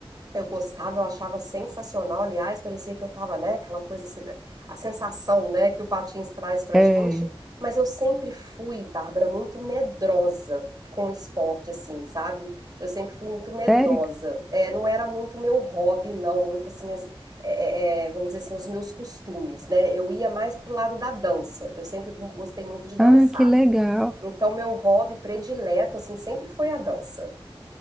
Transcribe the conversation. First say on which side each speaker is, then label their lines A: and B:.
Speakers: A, on the right (about 40°); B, in the centre.
A: Eu gostava, eu achava sensacional, aliás, parecia que eu tava, né, aquela coisa, assim, né, a sensação, né, que o patins traz pra
B: É,
A: gente, mas eu sempre fui, Bárbara, muito medrosa com o esporte, assim, sabe? Eu sempre fui muito medrosa,
B: sério?
A: é, não era muito meu hobby, não, muito assim, as- é, é, é, vamos dizer assim, os meus costumes, né? Eu ia mais pro lado da dança, eu sempre gostei muito de dançar,
B: Ah, que legal,
A: então meu hobby predileto, assim, sempre foi a dança,